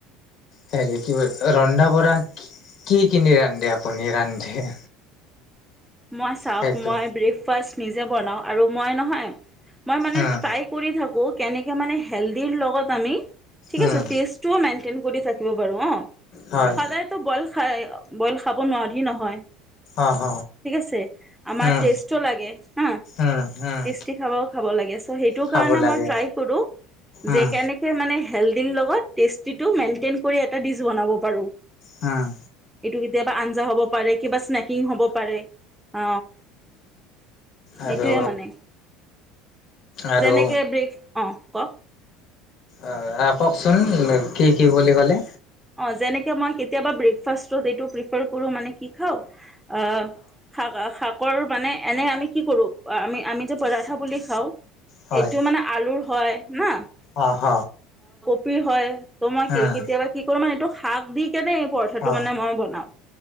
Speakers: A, on the left; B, in the centre.
A: হেৰি কি ৰন্ধা বঢ়া কি কিনি ৰান্ধে আপুনি ৰান্ধে
B: মই চাওক
A: সেইটো
B: মই ব্ৰেকফাষ্ট নিজে বনাও আৰু মই নহয় মই মানে
A: উম
B: ট্ৰাই কৰি থাকো কেনেকে মানে হেল্দি লগত আমি ঠিক
A: উম
B: আছে টেষ্টটোৱ মেনটেন্ট কৰি থাকিব পাৰো অ
A: হয়
B: সদায়তো বইল খাই বইল খাব নোৱাৰি নহয়।
A: অ হ
B: ঠিক আছে আমাৰ
A: উম
B: টেষ্টো লাগে হা
A: উম উম
B: টেষ্টি খাবা খাব লাগেছ ত সেইটো
A: খাব
B: কাৰণে
A: লাগে
B: মই ট্ৰাই কৰো
A: উম
B: যে কেনেকে মানে হেলডিল লগত টেষ্টিটো মেইনটেইন কৰি এটা ডিছ্ বনাব পাৰো
A: হম
B: এইটো কেতিয়াবা আঞ্জা হব পাৰে কিবাচ স্নেকিং হ'ব পাৰে। অ
A: আৰু
B: এইটোৱে মানে
A: আৰু
B: যেনেকে ব্ৰেক অ ক
A: অ আ কওক চোন কি কি বুলি কলে
B: অ যেনেকে মই কেতিয়াবা ব্ৰেকফাষ্টত এইটো প্ৰিফাৰ কৰো মানে কি খাও অ শাক শাকৰো মানে এনে আমি কি কৰোঁ আমি আমি যে পৰঠা বুলি খাওঁ
A: হয়
B: এইটো মানে আলু হয় না
A: অ' হ
B: পি হয় তোমাক কি
A: উম
B: কেতিয়াবা মা এইটো শাক দি কেনে এই পৰঠাটো
A: অ
B: মানে মই বনাওঁ